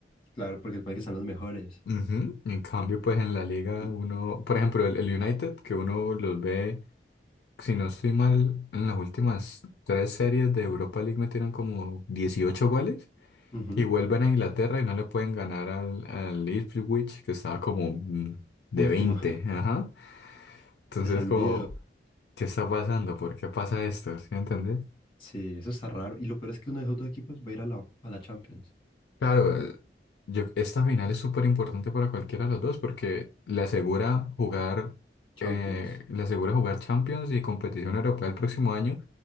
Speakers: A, on the left; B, on the left.
A: Claro, porque supone que están los mejores.
B: Ujú. En cambio, pues en la liga
A: Y,
B: uno, por ejemplo, el, el United, que uno los ve, si no estoy mal, en las últimas tres series de Europa League metieron como 18 goles
A: ujú,
B: y vuelven a Inglaterra y no le pueden ganar al, al Ipswich, que estaba como mm, de
A: Último,
B: 20, Ajá. Entonces,
A: <laughs> descendido.
B: como, ¿qué está pasando? ¿Por qué pasa esto? ¿Sí me entendés?
A: Sí, eso está raro. Y lo peor es que uno de esos dos equipos va a ir a la, a la Champions.
B: Claro, Yo, esta final es súper importante para cualquiera de los dos porque le asegura jugar,
A: Champions.
B: eh, le asegura jugar Champions y competición europea el próximo año,